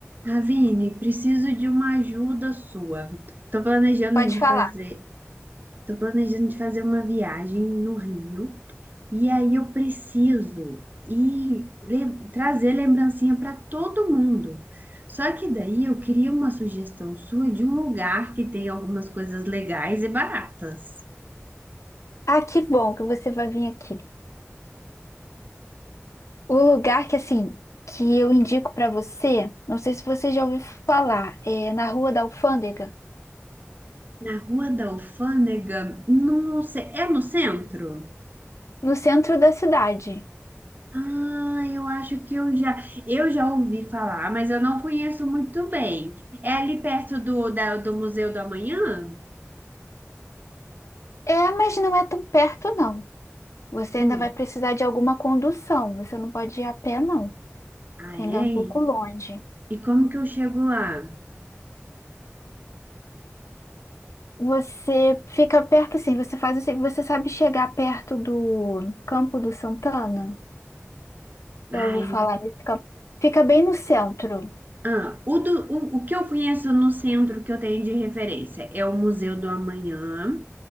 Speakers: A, on the right; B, on the left.
A: Ravine, preciso de uma ajuda sua. Estou planejando
B: Pode
A: de
B: falar.
A: fazer, tô planejando de fazer uma viagem no Rio e aí eu preciso ir lem- trazer lembrancinha para todo mundo. Só que daí eu queria uma sugestão sua de um lugar que tem algumas coisas legais e baratas.
B: Ah, que bom que você vai vir aqui. O lugar que, assim, que eu indico pra você, não sei se você já ouviu falar, é na Rua da Alfândega,
A: Na Rua da Alfândega, não sei, é no centro?
B: no centro da cidade.
A: Ah, eu acho que eu já, eu já ouvi falar, mas eu não conheço muito bem. É ali perto do, da- do Museu do Amanhã?
B: É, mas não é tão perto, não. Você
A: Hum.
B: ainda vai precisar de alguma condução. Você não pode ir a pé, não,
A: Ah,
B: que
A: é?
B: ainda é um pouco longe.
A: E como que eu chego lá?
B: Você fica perto, assim, você faz assim, você sabe chegar perto do Campo do Santana?
A: Ai,
B: Já ouviu falar nesse campo? Fica bem no centro.
A: ah, o, do- o, o que eu conheço no centro que eu tenho de referência é o Museu do Amanhã.